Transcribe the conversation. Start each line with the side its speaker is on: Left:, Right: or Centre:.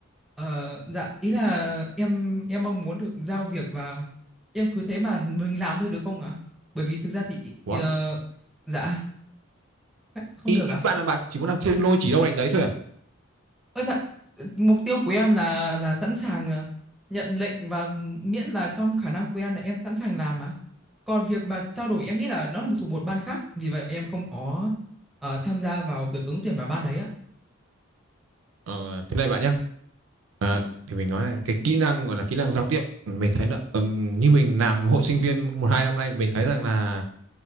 Centre: Ờ, dạ ý là em em mong muốn được giao việc và em cứ thế mà mình làm thôi được không ạ? Bởi vì thực ra thì
Right: Ủa,
Centre: ờ, dạ không
Right: ý,
Centre: được
Right: ý
Centre: ạ.
Right: bạn là bạn chỉ muốn làm thiên lôi chỉ đâu đánh đấy thôi à?
Centre: Ơ dạ mục tiêu của em là là sẵn sàng ờ, nhận lệnh và miễn là trong khả năng của em là em sẵn sàng làm ạ. Còn việc mà trao đổi em nghĩ là nó là một thuộc một ban khác vì vậy mà em không có ờ, tham gia vào việc ứng tuyển vào ban đấy ạ.
Right: Ờ, thế này bạn nhá. À, thì mình nói là cái kỹ năng gọi là kỹ năng giao tiếp mình thấy là ừm, như mình làm hội sinh viên một hai năm nay mình thấy rằng là